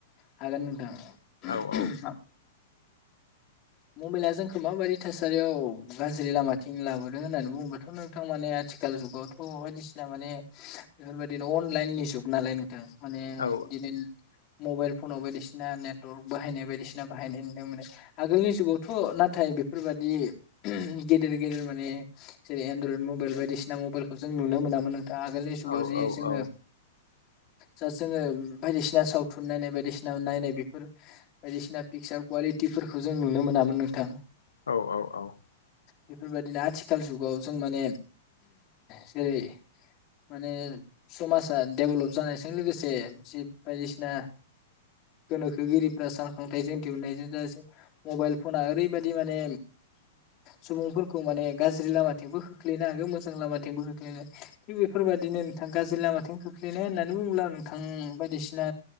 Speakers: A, on the left; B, on the left.
A: आ
B: औ औ
A: मबाइला जोंखौ माबायदि थासारियाव गाज्रि लामाथिं लाबोदों होननानै बुङोबाथ' नोंथां माने आथिखाल जुगावथ' बायदिसिना माने बेफोरबायदिनो अनलाइन नि जुग नालाय न माने
B: औ
A: बिनो मबाइल फनाव बायदिसिना नेटवर््क बाहायनाय बायदिसिना बाहायनाय नुनो मोनो आगोलनि। जुगावथ' नाथाय बेफोरबादि गेदेर गेदेर माने जेरै एनड्रयद मबाइल बायदिसिना। बायदिसिना मबाइलखौ जों नुनो मोनामोन नोंा आगोलनि जुगाव
B: औ
A: जे
B: औ
A: जोङो
B: औ <unintelligible>
A: जा जोङो बायदिसिना सावथुन नायनाय बायदिसिना नायनाय बेफोर बायदिसिना पिकचार कुवालिटि। खफोरखौ जों नुनो मोनामोन नोंथां।
B: औ औ औ।
A: बेफोरबायदिनो आथिखाल जुगाव जों माने जेरै माने समाजा डेभेलप जानायजों लोगोसे जि बायदिसिना। गोनोखोगिरिफ्रा सानखांथायाइजों दिहुननायजों जास मबाइल फना ओरैबायदि माने सुबुंफोरखौ माने गाज्रि लामाथिंबो खोख्लैयोना? मोजां लामाथिंबो खोख्लैनाय थिग बेफोरबायदिनो नोंथाङा गाज्रि लामाथिं खोख्लैनाय होननानै बुब्ला नोंथाङा बायदिसिना